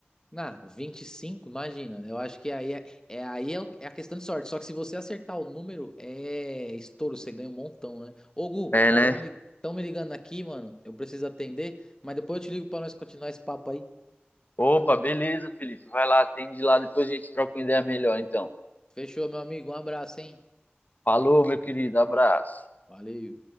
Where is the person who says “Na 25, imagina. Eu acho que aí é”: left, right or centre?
Left